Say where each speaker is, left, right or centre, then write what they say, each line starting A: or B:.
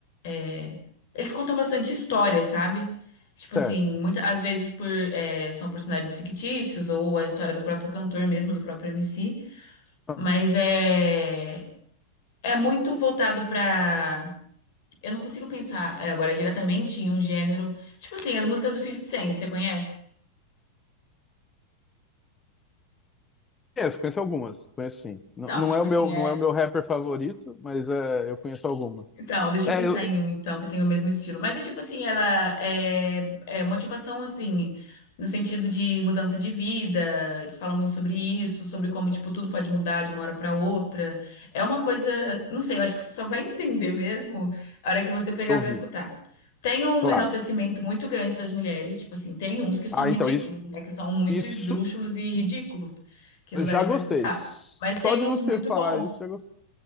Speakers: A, on the left; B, on the left.
A: é, eles contam bastante história, sabe? Tipo
B: Certo.
A: assim, muitas às vezes por, é, são personagens fictícios ou a história do próprio cantor mesmo, do próprio MC,
B: Ah,
A: mas é, é muito voltado pra. Eu não consigo pensar é, agora diretamente em um gênero. Tipo assim, as músicas do 50 Cent, você conhece?
B: Conheço, conheço algumas, conheço sim.
A: Então,
B: N- não
A: tipo
B: é o
A: assim,
B: meu,
A: é.
B: não é o meu rapper favorito, mas é, eu conheço algumas.
A: Então, deixa
B: É,
A: eu pensar
B: eu,
A: em um, então, que tem o mesmo estilo. Mas é tipo assim, ela é, é motivação, assim, no sentido de mudança de vida. Eles falam muito sobre isso, sobre como, tipo, tudo pode mudar de uma hora pra outra. É uma coisa, não sei, eu acho que você só vai entender mesmo a hora que você pegar
B: eu
A: pra
B: ouvi,
A: escutar. Tem um
B: claro.
A: enaltecimento muito grande das mulheres, tipo assim, tem uns que são
B: Ah,
A: ridículos,
B: então isso,
A: né? Que são muito
B: isso
A: esdrúxulos e ridículos, que
B: eu
A: não dá
B: já
A: nem pra
B: gostei.
A: escutar.
B: Só
A: Mas tem
B: de
A: uns
B: você
A: muito
B: falar
A: bons.
B: isso, eu já gostei.